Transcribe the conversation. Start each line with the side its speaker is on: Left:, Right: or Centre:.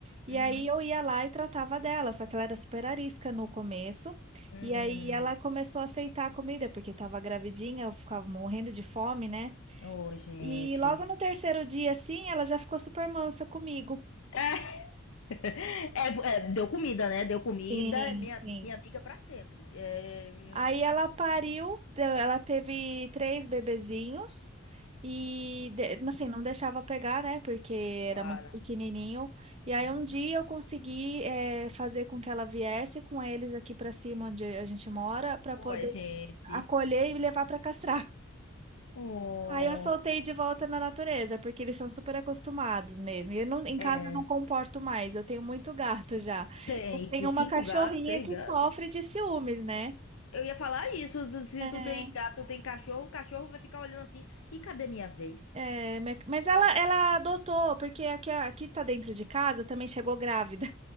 Right: E
Left: Uhum.
Right: aí eu ia lá e tratava dela, só que ela era super arisca no começo.
Left: Hum.
Right: E aí ela começou a aceitar a comida, porque estava gravidinha, eu ficava morrendo de fome, né?
Left: Oh, gente.
Right: E logo no terceiro dia, assim, ela já ficou super mansa comigo.
Left: <laughs> É, é, é, deu comida, né? Deu comida,
Right: Sim,
Left: é minha,
Right: sim.
Left: minha amiga pra sempre. É,
Right: Aí ela pariu, deu- ela teve três bebezinhos e de- mas assim, não deixava pegar, né? Porque era
Left: Claro.
Right: muito pequenininho. E aí
Left: Uhum.
Right: um dia eu consegui eh, fazer com que ela viesse com eles aqui pra cima onde a gente mora pra
Left: Oi,
Right: poder
Left: gente.
Right: acolher e levar pra castrar. <laughs>
Left: Oh,
Right: Aí eu soltei de volta na natureza, porque eles são super acostumados mesmo. E Eu não, em casa
Left: é.
Right: eu não comporto mais, eu tenho muito gato já.
Left: Tem
Right: Eu tenho
Left: que cinco
Right: uma cachorrinha
Left: gatos, seis
Right: que
Left: gatos.
Right: sofre de ciúmes, né?
Left: Eu ia falar isso. tu- Se
Right: É,
Left: tu tem gato, tem cachorro, o cachorro vai ficar olhando assim. E cadê minha vez?
Right: É, minha- mas ela,
Left: É,
Right: ela adotou, porque aqui, aqui tá dentro de casa, também chegou grávida.